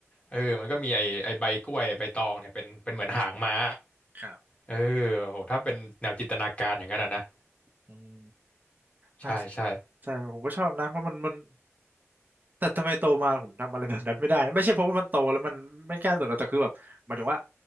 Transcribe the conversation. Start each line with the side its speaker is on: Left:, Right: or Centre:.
Right: อ๋อ
Left: เออมันก็มีไอไอใบกล้วยใบตองเนี่ยเป็นเป็นเหมือนหางม้า
Right: ครับ
Left: เออโหถ้าเป็นแนวจินตนาการอย่างนั้นอะนะ
Right: อืม
Left: ใช่ใช่
Right: น่าใช่ผมก็ชอบนะเพราะมันมันแต่ทำไมโตมาผมทำอะไรแบบนั้นไม่ได้นะไม่ใช่เพราะว่ามันโตแล้วมันไม่กล้าสนหรอกแต่คือแบบหมายถึงว่า